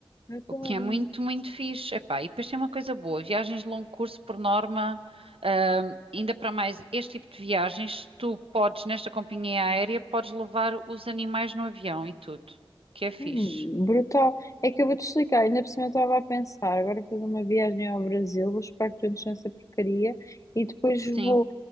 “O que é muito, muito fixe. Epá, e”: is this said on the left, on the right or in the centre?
Right